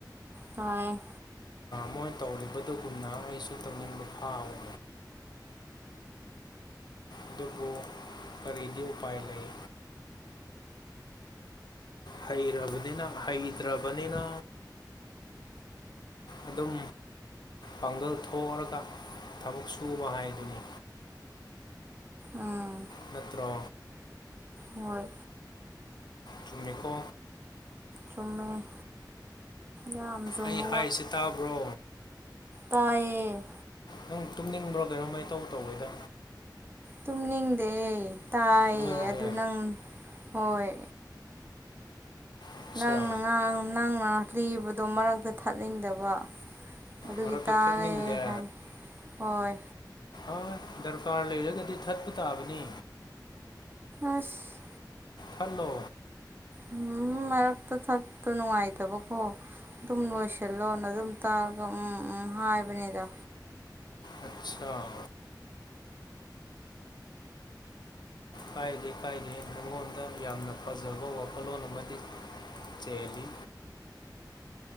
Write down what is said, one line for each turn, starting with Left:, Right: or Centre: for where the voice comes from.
Right: ꯇꯥꯏ
Left: ꯃꯣꯏ ꯇꯧꯔꯤꯕꯗꯨ ꯑꯗꯨꯒꯨꯝꯅ ꯑꯩꯁꯨ ꯇꯧꯅꯤꯡꯕ ꯐꯥꯎꯋꯦ ꯑꯗꯨꯕꯨ ꯀꯔꯤꯗꯤ ꯎꯄꯥꯏ ꯂꯩ ꯍꯩꯔꯕꯅꯤꯅ ꯍꯩꯇ꯭ꯔꯕꯅꯤꯅ ꯑꯗꯨꯝ ꯄꯥꯡꯒꯜ ꯊꯣꯛꯔꯒ ꯊꯕꯛ ꯁꯨꯕ ꯍꯥꯏꯗꯨꯅꯤ
Right: ꯑꯥ
Left: ꯅꯠꯇ꯭ꯔꯣ
Right: ꯍꯣꯏ
Left: ꯆꯨꯝꯃꯤꯀꯣ
Right: ꯆꯨꯝꯃꯦ ꯌꯥꯝ ꯆꯨꯝꯕ
Left: ꯑꯩ ꯍꯥꯏꯔꯤꯁꯤ ꯇꯥꯕ꯭ꯔꯣ
Right: ꯇꯥꯌꯦ
Left: ꯅꯪ ꯇꯨꯝꯅꯤꯡꯕ꯭ꯔꯣ ꯀꯩꯅꯣꯃꯥ ꯏꯇꯧ ꯇꯧꯋꯦꯗ
Right: ꯇꯨꯝꯅꯤꯡꯗꯦ ꯇꯥꯏꯌꯦ
Left: ꯇꯨꯝꯅꯤꯡꯗꯦ
Right: ꯑꯗꯨ ꯅꯪ ꯍꯣꯏ
Left: ꯑꯠꯁꯥ
Right: ꯅꯪꯅ ꯉꯥꯡ ꯅꯪꯅ ꯂꯤꯕꯗꯣ ꯃꯔꯛꯇ ꯊꯠꯅꯤꯡꯗꯕ ꯑꯗꯨꯒꯤ
Left: ꯃꯔꯛꯇ
Right: ꯇꯥꯔꯦ
Left: ꯊꯠꯅꯤꯡꯗꯦ
Right: ꯍꯥꯏ ꯍꯣꯏ
Left: ꯑꯥ ꯗꯔꯀꯥꯔ ꯂꯩꯔꯒꯗꯤ ꯊꯠꯄ ꯇꯥꯕꯅꯤ
Right: ꯑꯁ
Left: ꯊꯠꯂꯣ
Right: ꯎꯝ ꯃꯔꯛꯇ ꯊꯠꯇꯣ ꯅꯨꯡꯉꯥꯏꯇꯕꯀꯣ ꯑꯗꯨꯝ ꯂꯣꯏꯁꯤꯜꯂꯣꯅ ꯑꯗꯨꯝ ꯇꯥꯔꯒ ꯎꯝ ꯎꯝ ꯍꯥꯏꯕꯅꯤꯗ
Left: ꯑꯠꯆꯥꯥ ꯀꯥꯏꯗꯦ ꯀꯥꯏꯗꯦ ꯅꯉꯣꯟꯗ ꯌꯥꯝꯅ ꯐꯖꯕ ꯋꯥꯈꯜꯂꯣꯟ ꯑꯃꯥꯗꯤ ꯆꯦꯜꯂꯤ